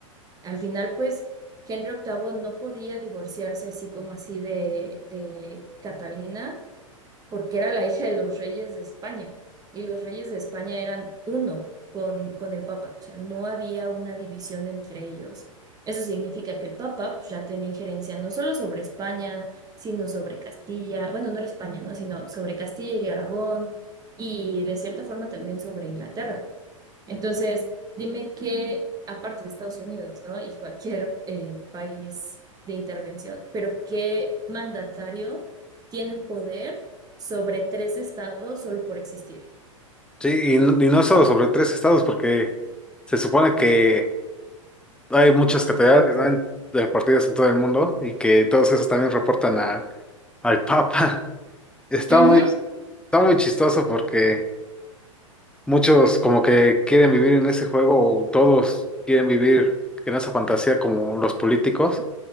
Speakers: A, on the right; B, in the centre.
A: Al final, pues, Henry VIII no podía divorciarse así como así de, de Catalina, porque era la hija de los reyes de España, y los reyes de España eran uno con, con el Papa, o sea, no había una división entre ellos. Eso significa que el Papa pues, ya tenía injerencia no solo sobre España, sino sobre Castilla, bueno, no era España, ¿no? Sino sobre Castilla y Aragón, y de cierta forma también sobre Inglaterra. Entonces, dime qué, aparte de Estados Unidos, ¿no? Y cualquier eh, país de intervención, pero qué mandatario tiene poder sobre tres estados solo por existir.
B: Sí, y, n- y no solo sobre tres estados, porque se supone que hay muchas catedrales, ¿no? en- repartidas en todo el mundo y que todos esos también reportan al al Papa. <laughs> Está
A: Ujú.
B: muy, está muy chistoso porque muchos como que quieren vivir en ese juego, o todos quieren vivir en esa fantasía como los políticos,